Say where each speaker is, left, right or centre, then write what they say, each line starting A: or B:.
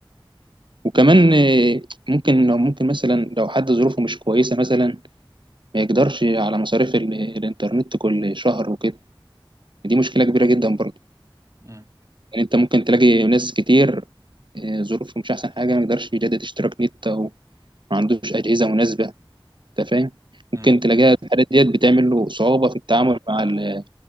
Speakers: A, on the right; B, on the right.
A: وكمان آه، ممكن لو ممكن مثلا لو حد ظروفه مش كويسة مثلا ما يقدرش على مصاريف ال- الإنترنت كل شهر وكده دي مشكلة كبيرة جدا برضه
B: امم
A: يعني أنت ممكن تلاقي ناس كتير آه، ظروفهم مش أحسن حاجة ما يقدرش يجدد اشتراك نت أو ما عندوش أجهزة مناسبة أنت فاهم
B: امم
A: ممكن تلاقيها
B: امم
A: الحاجات ديت بتعمل له صعوبة في التعامل مع ال-